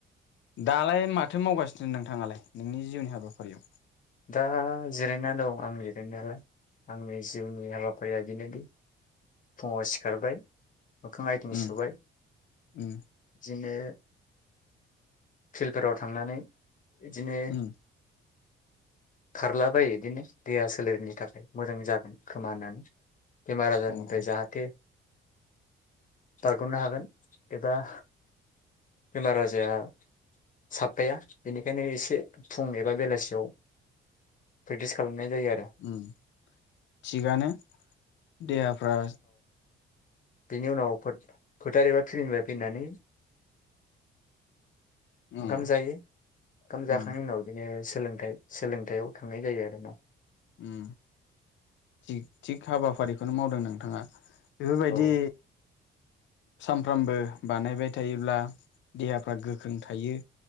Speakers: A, on the left (about 65°); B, on the left (about 40°).
A: दालाय माथो मावगासिनो नोंथाङालाय नोंनि जिउनि हाबाफारियाव?
B: दा जिरायनानै दं आं जिरायनायालाय आंनि जिउनि हाबाफारिया बिनोदि फुङाव सिखारबाय मोखां आथिं
A: उम
B: सुबाय
A: उम
B: बिदिनो फिल्डफोराव थांनानै बिदिनो
A: उम
B: खारलाबायो बिदिनो देहा सोलेरनि थाखाय मोजां जागोन खोमा होननानै। बेमार आजारनिफ्राय
A: अ
B: जाहाथे बारग'नो हागोन एबा बेमार आजाया साबफाया बेनिख बेखायनो एसे फुं एबा बेलासि बेयाव प्रेकटिस खालामनाय जायो आरो
A: ओम थिगानो देहाफ्रा
B: बेनि उनाव फो फोथार एबा थिलिनिफ्राय फैनानै
A: उम
B: ओंखाम जायो ओंखाम जाखांनायनि
A: उम
B: उनाव बिदिनो सोलोंथाइ सोलोंथायाइयाव थांनाय जायो आरो ना
A: उम जिग थिग हाबाफारिखौनो मावदों नोंथाङा बेफोरबायदि
B: औ
A: सानफ्रामबो बानायबाय थायोब्ला देहाफ्रा गोख्रों थायो